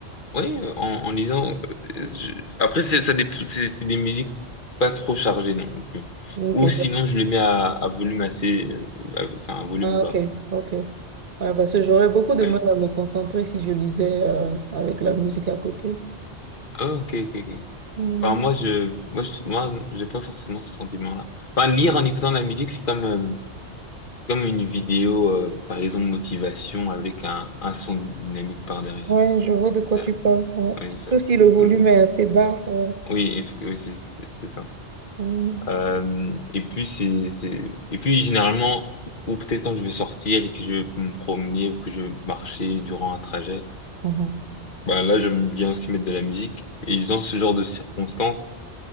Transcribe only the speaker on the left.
oui, en, en lisant, euh, je- après, c'est, ça, dé- c'est c'est des musiques pas trop chargées non plus.
Ou sinon, je les mets à, à volume assez, euh, à- enfin, à volume
bas.
Ouais.
Ah, ok, ok, ok.
Enfin, moi, je, moi, je, moi, j'ai pas forcément ce sentiment-là. Enfin, lire en écoutant de la musique, c'est comme, euh, comme une vidéo, euh, par exemple, motivation avec un, un son dynamique par derrière.
Ça,
Oui, ça,
ça,
ça-
oui, eff- oui, c'est c'est ça.
Euh, et puis c'est, c'est, et puis généralement, ou peut-être quand je vais sortir et que je vais me promener ou que je vais marcher durant un trajet,
bah là, j'aime bien aussi mettre de la musique. Et dans ce genre de circonstances.